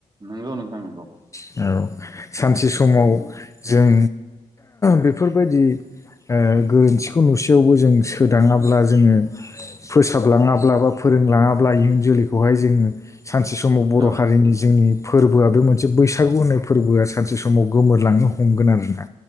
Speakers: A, on the right; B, on the left.
A: नोंगौ नोंथां नोंगौ।
B: औ सानसे समाव जों बेफोरबायदि गोरोन्थिखौ नुसेयावबो जों सोदङाब्ला जोङो फोसाबलाङाब्ला बा फोरोंलाङाब्ला इयुन जोलैखौहाय जोङो सानसे समाव बर'
A: औ
B: हारिनि जोंनि फोरबोआ बे मोनसे बैसागु होननाय फोरबोआ सानसे समाव गोमोरलांनो हमगोन आरोना